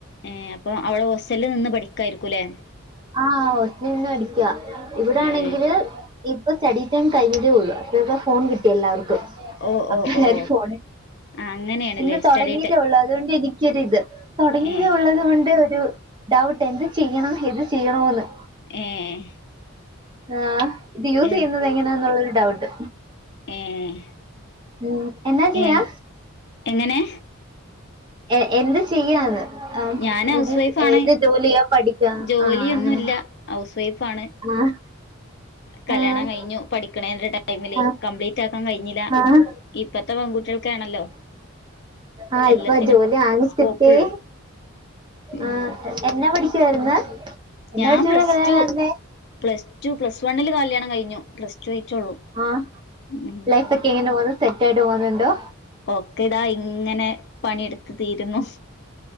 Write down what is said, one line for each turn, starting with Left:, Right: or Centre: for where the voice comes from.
Left: ഏ അപ്പൊ അവിടെ ഹോസ്റ്റലിൽ നിന്ന് പഠിക്കായിരിക്കൂല്ലേ
Right: ആ ഹോസ്റ്റലിൽ നിന്ന് പഠിക്ക ഇവിടാണെങ്കില്
Left: ഏഹ്
Right: ഇപ്പൊ സ്റ്റഡി ടൈം കഴിഞ്ഞതേ ഉള്ളൂ അപ്പൊ ഫോൺ കിട്ടി എല്ലാവർക്കും
Left: ഓ
Right: അപ്പല്ലാരും
Left: ഓ ഓ
Right: ഫോണിൽ
Left: ആഹ് അങ്ങനെയാണല്ലേ
Right: ഇന്ന് തൊടങ്ങീതെ
Left: സ്റ്റഡി ടൈ
Right: ഉള്ളൂ അതുകൊണ്ട് എനി ക്കിരിത് തുടങ്ങിയത്
Left: ഏഹ്
Right: ഉള്ളത് കൊണ്ട് ഒരു ഡൗട്ട് എന്ത് ചെയ്യണം ഏത് ചെയ്യണോന്ന്
Left: ഏഹ്
Right: ആ ഇത് യൂസ്
Left: എൻ
Right: ചെയ്യുന്നത് എങ്ങനാന്നുള്ളൊരു ഡൗട്ട്
Left: ഏഹ്
Right: ഉം എന്നാ ചെയ്യാ
Left: എൻ എങ്ങനെ
Right: ഏ എന്ത് ചെയ്യാന്ന് ആഹ്
Left: ഞാൻ ഹൗസ് വൈഫാണ്
Right: ഏത് ജോലിയാ പഠിക്കാ
Left: ജോലിയൊന്നു
Right: ആഹ് അങ്ങനെ
Left: ഇല്ല ഹൗസ് ഫാണ്
Right: ആഹ്
Left: കല്യാണം
Right: ആഹ്
Left: കഴിഞ്ഞു പഠിക്കണേന്റെ ടൈമില്
Right: ആഹ്
Left: കംപ്ലീറ്റ് ആക്കാ ൻ കഴിഞ്ഞില്ല
Right: ആഹ്
Left: ഇപ്പത്തെ പെൺകുട്ടികൾക്കാണല്ലോ
Right: ആ
Left: എല്ലാത്തിനും
Right: ഇപ്പൊ ജോലി <unintelligible>
Left: സ്കോപ്പുള്ളു
Right: കിട്ട്യേ
Left: ഉം
Right: ആ എന്നാ പഠിക്കുവായിരുന്ന് എന്നാ
Left: ഞാൻ
Right: പഠിച്ചപ്പോഴാ
Left: പ്ലസ്
Right: കല്യാണം
Left: ടു
Right: നടന്നേ
Left: പ്ലസ് ടു പ്ലസ് വണ്ണില് കല്യാണം കഴിഞ്ഞു പ്ലസ് ടു ആയിട്ടുള്ളൂ
Right: ആ
Left: ഉം
Right: ലൈഫക്കെ എങ്ങനെ സെറ്റായിട്ട് പോന്നൊണ്ടോ
Left: ഓക്കെതാ ഇങ്ങനെ പണിയെടുത്ത് തീരുന്നു